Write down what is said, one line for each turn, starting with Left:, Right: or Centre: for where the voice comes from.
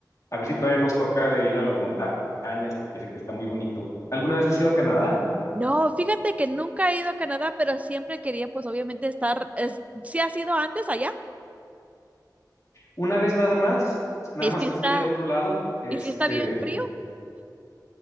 Left: a ver si todavía nos toca de ir a las montañas porque dicen que está muy bonito. ¿Alguna vez has ido a Canadá?
Right: No, fíjate que nunca he ido a Canadá, pero siempre quería, pues obviamente estar, es- sí ha sido antes allá,
Left: Una vez nada más, nada
Right: y
Left: más
Right: sí
Left: que
Right: está,
Left: fui del otro lado, este
Right: y sí está bien frío.